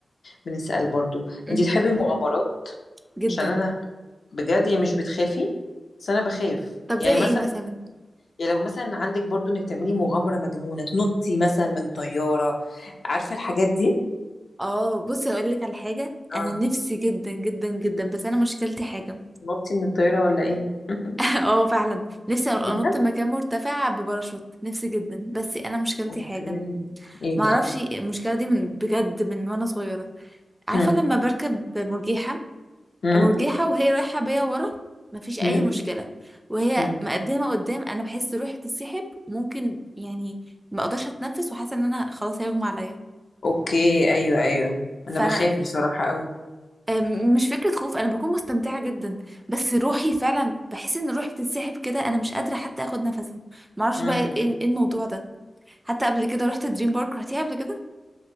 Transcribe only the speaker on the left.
بنسأل برضو
انتي تحبي المغامرات
عشان انا بجد يعني مش بتخافي بس انا بخاف
يعني
مثلا
يعني لو مثلا عندك برضو انك تعملي مغامرة مجنونة تنطي مثلا من طيارة عارفة الحاجات دي
اه
تنطي من الطيارة ولا ايه <laughs>
بجد
اوكي
ايه
بقى
مم.
مم.
مم.
مم.
اوكي ايوه ايوه
انا بخاف بصراحة قوي
مم.